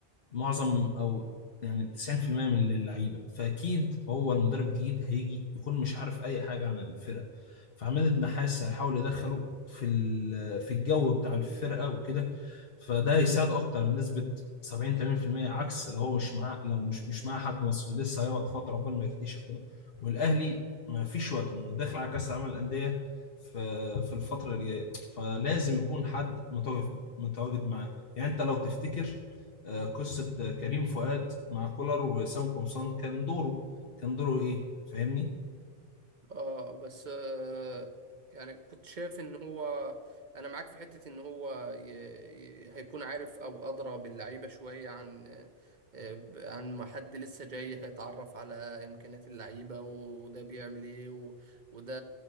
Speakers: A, on the left; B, on the right.
A: معظم او يعني 90% من اللعيبه فاكيد هو المدرب الجديد هيجي يكون مش عارف اي حاجه عن الفرقه فعماد النحاس هيحاول يدخله في ال- في الجو بتاع الفرقه وكده فده هيساعده اكتر بنسبه 70 80% عكس لو هو مش معاه لو مش مش معاه حد مصري لسه هيقعد فتره عقبال ما يكتشف كده والاهلي ما فيش وقت انه داخل على كاس العالم للانديه في في الفتره اللي جايه فلازم يكون حد متواجد متواجد معاه يعني انت لو تفتكر آه، قصة كريم فؤاد مع كولر وسام قمصان كان دوره كان دوره ايه فاهمني
B: اه بس آه يعني كنت شايف ان هو انا معاك في حتة ان هو ي... ي... هيكون عارف او ادرى باللعيبة شوية عن آه، ب- عن ما حد لسه جاي هيتعرف على امكانيات اللعيبة وده بيعمل ايه و... وده